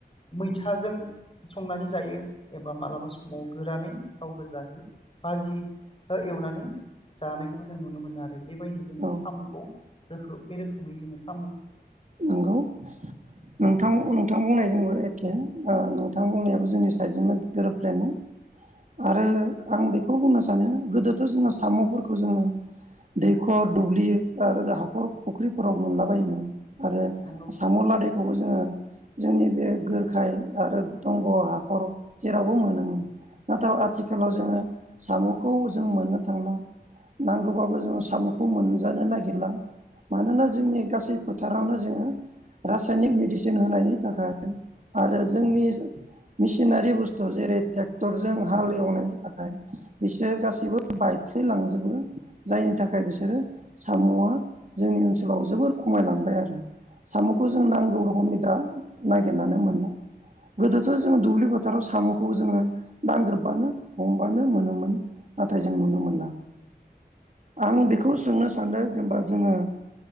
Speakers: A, on the left; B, on the right.
A: मैथाजों संनानै जायो एबा मालाबा समाव गोरानै गाव गोजाहै बाजिबो एवनानै जानायखौबो जों नुनो मोनो आरो बेबायदि जोङो
B: औ
A: साम'खौ रोख बे रोखोमै जोङो सामु
B: नंगौ नोंथां-नोंथां
A: औ
B: बुंनाय जोंबो एखे ओ नोंथां बुंनायाबो जोंनि साइडजोंनो गोरोब प्लेनाय। आरो आं बेखौ बुंनो सानो गोदोथ' जोंना साम'फोरखौ जोङो दैखर दुब्लि आरो हाखर फुख्रिफोराव मोनलाबायोमोन। आरो
A: नंगौ
B: साम' लादायख खौबो जोङो जोंनि बे गोरखाय आरो दंग' हाखर जेरावबो मोनोमोन नाथाय आथिखालाव जोङो साम'खौ जों मोननो थांला नांगौबाबो जोङो साम'खौ मोनजानो नागिरला मानोना जोंनि गासै फोथारावनो जोङो रासायनिक मेडिसिन होनायनि थाखाय आरो जोंनि मेसिनारि बुस्थु जेरै ट्रेक्टरजों हाल एवनायनि थाखाय बिसोर गासैबो बायफ्लेलांजोबो जायनि थाखाय बिसोरो साम'आ जोंनि ओनसोलाव जोबोर खम खमायलांबाय आरो साम'खौ जों नांगौ रोखोमनि दा नागिरनानै मोनला गोदोथ' जोंङो दुब्लि फोथाराव साम'खौ जोङो दांग्रोबबानो हमबानो मोनोमोन नाथाय जों नुनो मोनला आं बेखौ सोंनो सानदों जेनेबा जोङो